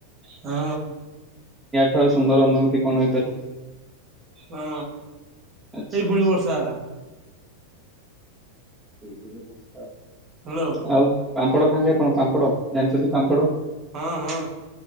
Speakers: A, on the right; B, on the right.
A: ହଁ।
B: ଠୁ ଆଉ ସୁନ୍ଦର ଅନୁଭୂତି କଣ ହୋଇପାରିବ।
A: ହଁ
B: ଆଚ୍ଛା
A: ଏଇ ଫୁଣି
B: ଆଚ୍ଛା।
A: ବର୍ଷା ହେଲା।
B: କେଇଦିନି ବର୍ଷା ହବ।
A: ହାଲୋ।
B: ଆଉ ପାମ୍ପଡ ଖାଆନ୍ତି ଆପଣ ପାମ୍ପଡ଼? ଜାଣିଚନ୍ତି ପାମ୍ପଡ଼?
A: ହଁ ହଁ